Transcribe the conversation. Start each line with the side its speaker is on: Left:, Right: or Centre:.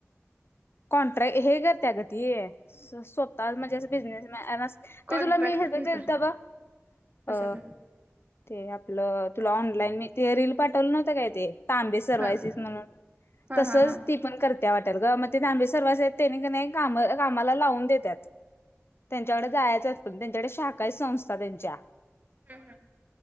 Left: कॉन्ट्रॅक्ट हे करते ग ती स्वतः म्हणजे अस बिझनेसमॅन अस
Right: कॉन्ट्रॅक्ट
Left: ते तुला मी हे देलते
Right: घेता
Left: तवा,
Right: कशाचा
Left: अ ते आपलं तुला ऑनलाईन मी ते रील पाठवलं नव्हतं काय ते? तांबे सर्वायसीस
Right: हा
Left: म्हणून.
Right: हा
Left: तसच
Right: हा हा
Left: ती पण करत्या वाटल ग. मग ते तांबे सर्वसच आहेत तेनि की नही काम कामाला लावून देतात. त्यांच्याकडे जायचं असतं. प त्यांच्याकडे शाखाहे संस्था त्यांच्या.
Right: हं हं.